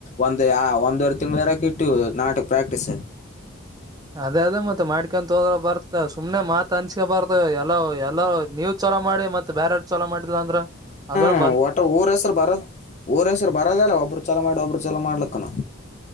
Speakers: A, on the left; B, on the right.
A: ಒಂದ್ ಒಂದು ವರಿ ತಿಂಗ್ಳ ಇರಕ ಇ ಟಿವಿ ನಾಟಕ್ ಪ್ರಾಕ್ಟಿಸ
B: ಅದೇ ಅದೇ ಮತ್ತೆ ಮಾಡ್ಕ್ಯಂತೋದ್ರ ಬರ್ತ ಸುಮ್ನೆ ಮಾತ್ ಅನ್ಸ್ಗೇ ಬಾರ್ದ ಎಲ್ಲವ್ ಎಲ್ಲವ್ ನೀವ್ ಚಲೋ ಮಾಡಿ ಮತ್ತೆ ಬ್ಯಾರೆರು ಚುಲೋ ಮಾಡಿಲ್ಲ ಅಂದ್ರ ಅದನ್
A: ಹೂಂ ಒಟ್ಟ ಊರ ಹೆಸರು ಬರೋ ಊರ ಹೆಸರು ಬರೋದ ಇಲ್ಲ ಒಬ್ಬ್ರು ಚುಲೋ ಮಾಡಿ ಒಬ್ಬರು ಚೊಲೋ ಮಾಡ್ಲಿಕ್ಕನು